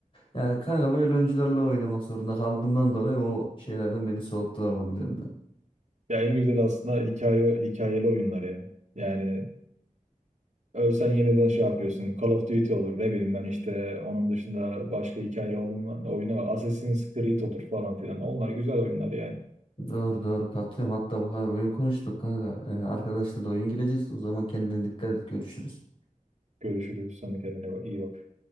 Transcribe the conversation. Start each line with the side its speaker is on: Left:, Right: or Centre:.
Left: Yani kanka böyle oyuncularla oynamak zorunda kaldığımdan dolayı o şeylerden beni soğuttular hobilerimden.
Right: Ya en güzel aslında hikaye, hikayeli oyunlar ya. Yani Ölsen yeniden şey yapıyorsun. Call of Duty olur. Ne bileyim ben işte onun dışında başka hikayeli oyun- oyunu Assassin's Creed olur falan filan. Onlar güzel oyunlar yani.
Left: Doğru doğru katılıyorum hatta bu kadar oyun konuştuk kanka. Ee, arkadaşlar da oyun gireceğiz o zaman kendine dikkat et görüşürüz.
Right: Görüşürüz. Sonra kendine iyi bak.